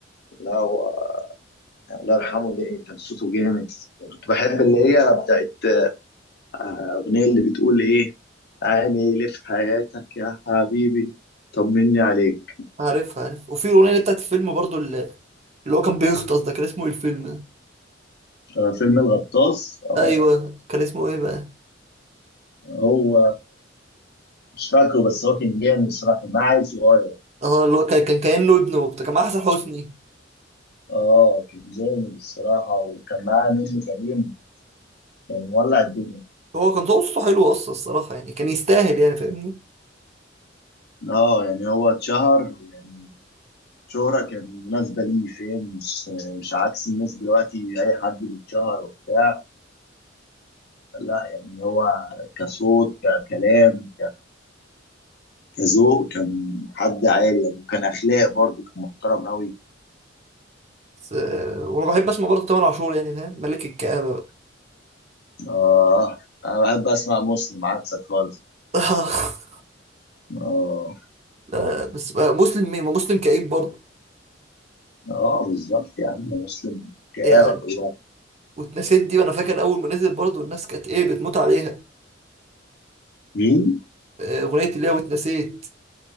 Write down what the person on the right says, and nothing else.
عارف عارف وفي الاغنيه بتاعت الفيلم برضو اللي, اللي هو كان بيغطس ده كان اسمه ايه الفيلم ده
ايوه كان اسمه ايه بقى
اه اللي هو كان كان كانه ابنه وبتاع كان مع احسن حسني
هو كان صوته حلو اصلا الصراحه يعني كان يستاهل يعني فاهمني
بس آه، وانا بحب اسمع برضه تامر عاشور يعني فاهم ملك الكآبة بقى
<laughs>
لا، بس بقى مسلم مين ما مسلم كئيب برضه
يعني
واتنسيت دي وانا فاكر اول ما نزل برضه الناس كانت ايه بتموت عليها
آه، اغنية اللي هي واتنسيت